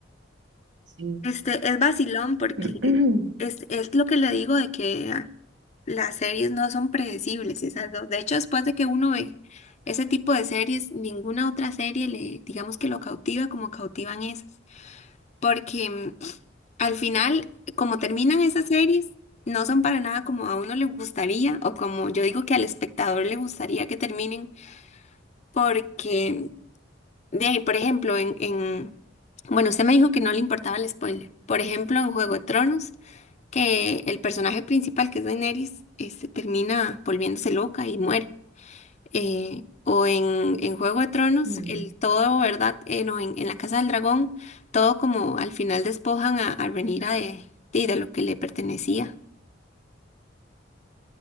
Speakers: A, on the right; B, on the left.
A: Sí.
B: Este es vacilón porque
A: <clears throat>
B: es, es lo que le digo de que ah, las series no son predecibles, esas dos. De hecho, después de que uno ve ese tipo de series, ninguna otra serie le, digamos que lo cautiva como cautivan esas. porque mm, al final, como terminan esas series, no son para nada como a uno le gustaría o como yo digo que al espectador le gustaría que terminen, porque mm, de ahí, por ejemplo, en, en, bueno, usted me dijo que no le importaba el spoiler. Por ejemplo, en Juego de Tronos, que el personaje principal, que es Daenerys, este, termina volviéndose loca y muere eh, o en, en Juego de Tronos,
A: Mm,
B: el todo, ¿verdad? Eh, no, en, en la Casa del Dragón, todo como al final despojan a, a Rhaenyra de, de, de lo que le pertenecía.